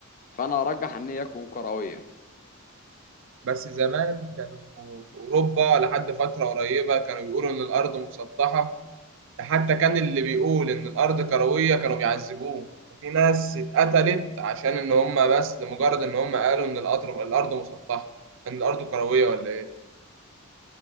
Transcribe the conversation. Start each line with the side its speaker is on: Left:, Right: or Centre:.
Left: فانا ارجح ان هي تكون كروية
Right: بس زمان كانوا في أوروبا لحد فترة قريبة كانوا بيقولوا إن الأرض مسطحة ده حتى كان اللي بيقول إن الأرض كروية كانوا بيعذبوه في ناس اتقتلت عشان إن هم بس لمجرد إن هم قالوا إن القطر الأرض مسطحة إن الأرض كروية ولا إيه